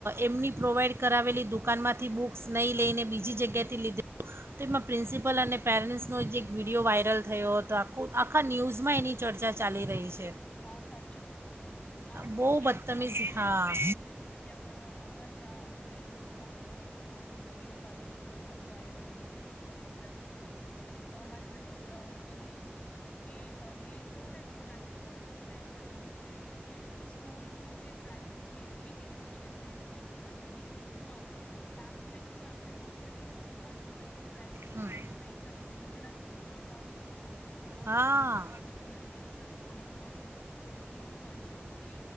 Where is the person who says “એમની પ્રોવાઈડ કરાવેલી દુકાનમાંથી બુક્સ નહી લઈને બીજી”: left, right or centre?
Right